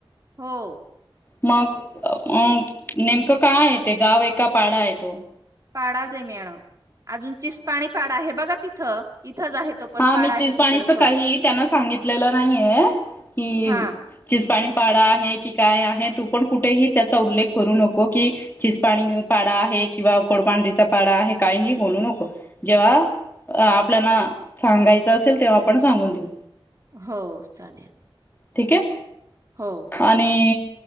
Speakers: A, on the right (about 35°); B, on the left (about 20°).
A: हो.
B: मग अ नेमकं काय आहे ते गाव एका पाडा आहे तो.
A: पाडा ज मण अजूनचीच पाणी पाडा आहे बघा तिथं. इथंच आहे तो पण
B: हा
A: पाडा
B: मी
A: आहे
B: चिजपाणीच
A: तिकडं थोडं
B: काही त्यांना सांगितलेलं नाहीये की
A: हा
B: चिज पाणीपाड आहे की काय आहे तू पण कुठेही त्याचा उल्लेख करू नको की चिस पाणीऊ पाडा आहे किंवा कोडपांढरीचा पाडा आहे काहीही बोलू नको जेव्हा अ आपल्याला सांगायचं असेल तेव्हा आपण सांगून देऊ.
A: हो चालेल.
B: ठीक आहे.
A: हो.
B: आणि